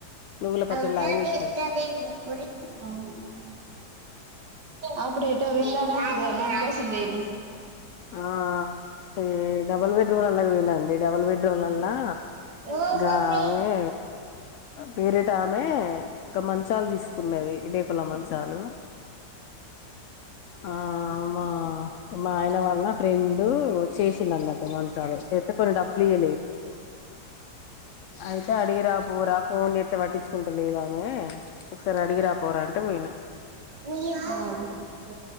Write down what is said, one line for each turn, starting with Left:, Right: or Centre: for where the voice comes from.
Left: నువ్వుల పచ్చడిలాగ
Right: అవునా
Left: చేసినా ఇగ
Right: అప్పుడు ఏటో వెళ్లారంటగా దీనికోసం వేలు
Left: ఆ ఈ డబల్ బెడ్రూం <inaudible> వినండి డబుల్ బెడ్రూం లల్లా
Right: ఓ
Left: గామె
Right: మమ్మీ
Left: వేరేటామె ఒక మంచాలు తీసుకున్నది ఈడె పుల మంచాలు ఆ మా మా ఆయన వాళ్ళ ఫ్రెండు చేసిండు అన్నట్టు మంచాలు <inaudible> కొని డబ్బులు ఇయ్యలే అయితే అడిగిరాపో రా ఫోన్ చేత్తే పట్టిచ్చుకుంటలేదు ఆమె సారి అడిగి రాపోరా అంటే పోయినా
Right: ఆ